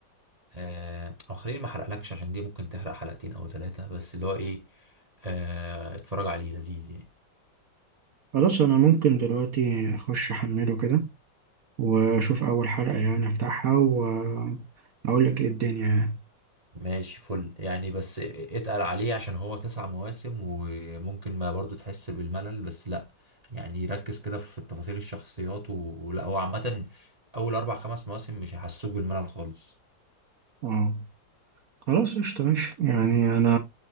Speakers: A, on the right; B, on the right.
A: آه، او خليني ما احرقلكش عشان دي ممكن تحرق حلقتين او ثلاثة بس اللي هو ايه آه، اتفرج عليه لذيذ يعني
B: خلاص انا ممكن دلوقتي اخش احمله كده واشوف اول حلقه يعني افتحها واقول لك ايه الدنيا يعني
A: ماشي فل يعني بس اتقل عليه عشان هو تسع مواسم وممكن ما برضو تحس بالملل بس لا يعني ركز كده في تفاصيل الشخصيات و- ولا هو عامة اول اربع خمس مواسم مش هيحسوك بالملل خالص
B: اه خلاص قشطه ماشي يعني انا